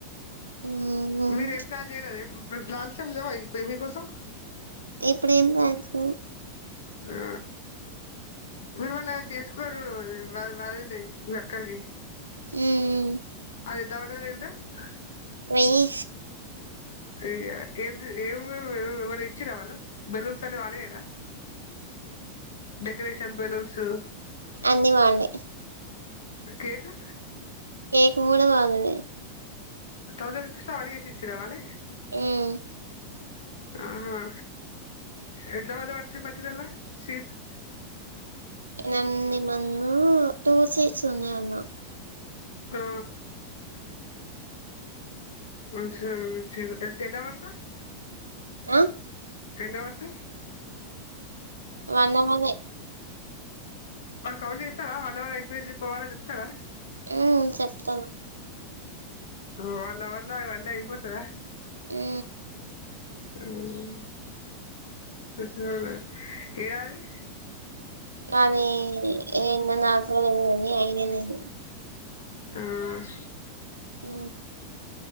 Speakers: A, on the right; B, on the left.
A: హ్మ్
B: మీరెం ప్లాన్ చేయలేద ప్లాన్స్ ఏం లేవ ఇప్ పేమీ కోసం
A: ఇప్పుడు ఏం కాదు
B: ఆ మీ అలా చేసుకో <unintelligible> మీ అక్కకి
A: ఉమ్
B: అది ఎంత పడ్డది <unintelligible>
A: వెయ్యి
B: అయ్యా ఏం ఏం ఏం ఏమన్న ఇచ్చిరా వాళ్ళు బెలూన్స్ అన్ని వాళ్ళ యేన డెకరేషన్ బెలూన్స్
A: అన్ని వాళ్ళయి
B: కేకు
A: కెకు కూడా వాళ్లదే
B: థౌజెడ్ రూపీస్ వాలే చేసిచిడ్రా అవ్వన్నీ
A: ఉమ్
B: ఆహా ఎంత <unintelligible> పట్టిళ్లు సీట్స్
A: ఉంది మందో టూ సీట్స్ ఉన్నాయి అన్నా
B: ఆ ఎ చీర ఎన్నో వరుస
A: ఆ
B: ఎన్నో వరుస
A: వన్నమనే
B: వాళ్లు కాల్ చేస్తారా. హలో అయిపోయింది. పోవాలా అని చెప్తారా.
A: ఉమ్ చెప్తారు.
B: వాల్ల వల్ల ఇవన్నీ అయిపోతయి.
A: ఏ
B: టూర్ వచ్చారా ఎడది
A: అన్ని ఎన్ని నా కద న అని అయిననదు
B: ఉమ్
A: ఊ